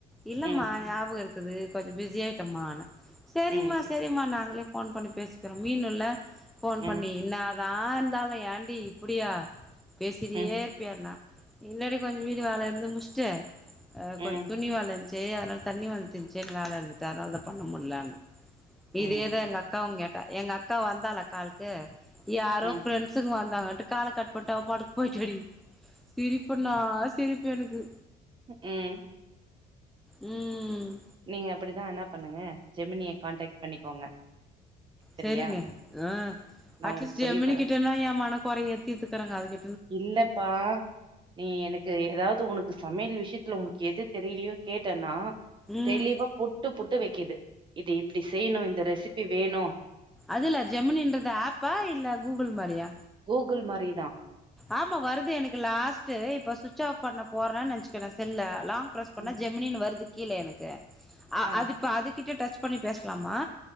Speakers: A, in the centre; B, on the right.
A: இல்லம்மா
B: ம்
A: ஞாபக இருக் இருது கொஞ்ச பிஸி ஆயிட்டம்மா ந சரிமா
B: ம்
A: சரிமா நாங்களே அ போன் பண்ணி பேசிக்கிறோ மீன் இல்ல போன்
B: ம்
A: பண்ணி இன்ன நா இந்தாலே ஏன்டி இப்புடியா பேசிட்டியே
B: ம்
A: இருப்பியாண்ணா இல்லடி கொஞ்ச வீடு வேலய இருந்து முச்சுட்டு அ
B: ம்
A: கொஞ்ச துணி வேலஞ்ச் சேர அதனால தண்ணி வந்துச்சுன் வேலருந்துச்சு அதனாலத பண்ண முடியல
B: ம்
A: இதேதா எங்கக்காவுங்கேக் எங்க அக்கா வந்தால கால்கு யாரோ
B: ம்
A: ஃப்ரெண்ட்ஸ்ங் வந்து அதட் காள கட் போட்டு அவ பாட்டுக்கு போயிட்டாடி சிரிப்புண்ணா சிரிப் எனக்கு
B: ம்
A: ம்
B: நீங்க அப்டிதா என்ன பண்ணுங்க ஜெமினிய கான்டக்ட் பண்ணிக்கோங்க சரியா
A: செரிங்க ஆ
B: நா
A: அட்லீஸ்ட்
B: உங்களுக்கு சொல்லி
A: ஜமினி
B: தரே
A: கிட்டன்னா எ மன கொறைய தித்துக்குறே அதுட்
B: இல்லப்பா நீ எனக்கு ஏதாவது உனக்கு சமையல் விஷயத்துல உனக்கு எது தெரியலையோ கேட்டேன்னா
A: ம்
B: தெளிவா புட்டு புட் த்து வைக்கிது இது இப்டி செய்யணு இந்த ரெசிபி வேணு
A: அதுல்ல ஜெமினுன்றது ஆப்பா இல்ல கூகுள் மாரியா
B: கூகுள் மாரி
A: ஆமா வருது எனக்கு லாஸ்ட் இப்ப சுவிட்ச் ஆஃப் பண்ண போறேன்னு நினைச்சுக்கே தெர்ல பிரஸ் பண்ண
B: ம்
A: ஜெமினின் வருது கீழ எனக்கு
B: ஆ
A: அது இப்ப அது கிட்ட டச் பண்ணி பேசலாமா